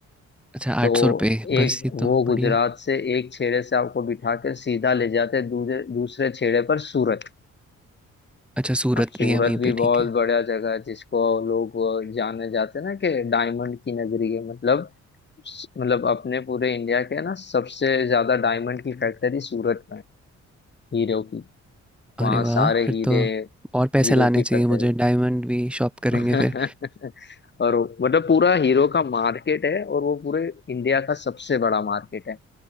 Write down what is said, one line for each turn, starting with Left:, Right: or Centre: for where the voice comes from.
Centre: अच्छा, ₹800
Left: तो एक
Centre: बस ये
Left: वो
Centre: तो
Left: गुजरात
Centre: बढ़िया है।
Left: से एक छेड़े से आपको बिठा के सीधा ले जाते दूसरे दूसरे छेड़े पर सूरत
Centre: अच्छा, सूरत
Left: अब सूरत
Centre: भी है वहीं
Left: भी
Centre: पे,
Left: बहुत
Centre: ठीक है।
Left: बढ़िया जगह है जिसको लोग जाने जाते हैं ना कि डायमंड की नगरी है मतलब मतलब अपने पूरे इंडिया के ना सबसे ज्यादा डायमंड की फैक्ट्री सूरत में है, हीरो की
Centre: अरे
Left: वहाँ
Centre: वाह!
Left: सारे
Centre: फिर
Left: हीरे
Centre: तो और पैसे
Left: हीरो
Centre: लाने
Left: की
Centre: चाहिए
Left: फैक्ट्री
Centre: मुझे, डायमंड भी शॉप करेंगे
Left: <laughs>
Centre: फिर।
Left: और वो- मतलब पूरा हीरो का मार्केट है और वो पूरे इंडिया का सबसे बड़ा मार्केट है